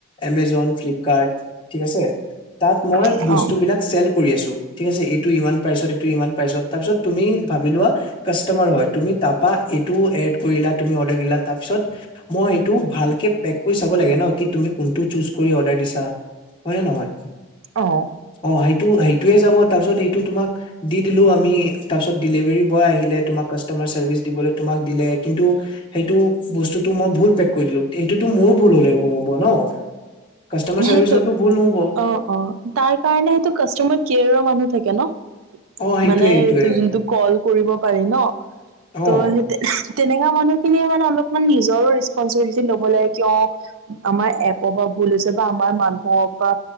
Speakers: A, on the left; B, on the right.
A: এমেজন ফ্লিপকাৰ্ট ঠিক আছে তাত মই
B: দিয়ে
A: বস্তু
B: অঁ
A: চেল কৰি আছো ঠিক আছে এইটো ইমান তাৰপিছত এইটো ইমান তাৰপিছত তুমি ভাৱি লোৱা কাষ্টামাৰ হয় তুমি তাপা এইটো এড কৰিলা তুমি অৰ্ডাৰ দিলা তাৰপিছত মই এইটো ভালকে পেক কৰি চাব লাগে কি তুমি কোনটো চোজ কৰি অৰ্ডাৰ দিছা হয় নে নহয়
B: অহ
A: অ সেইটো সেইটোয়ে যাব তাৰপিছত এইটো তোমাক দি দিলো আমি তাৰপিছত ডেলিভাৰী দিব আহিলে তোমাক কাষ্টমাৰ চাৰ্ভিচ দিবলৈ তোমাক দিলে কিন্তু সেইটো বস্তু তো মই ভুল পেক কৰিলো এইটো টো মোৰ ভুল হলে হ হ'ব ন কাষ্টমাৰ
B: সেইটো
A: চাৰ্ভিচৰটো ভুল নহ'ব
B: অ অ তাৰ কাৰণে সেইটো কাষ্টমাৰ কেয়ৰৰ মানুহ থাকে ন
A: অ সেইটোয়ে
B: মানে
A: সেইটোয়ে
B: এইটো যোনটো কল কৰিব পাৰি ন
A: অ
B: ত' সেই তেনেকা মানুহ মানে অলপমান নিজৰো ৰেচপঞ্চছিবিলিটি ল'ব লাগে ক অ আমাৰ এপৰ বা ভুল বা আমাৰ মানুহৰ পৰা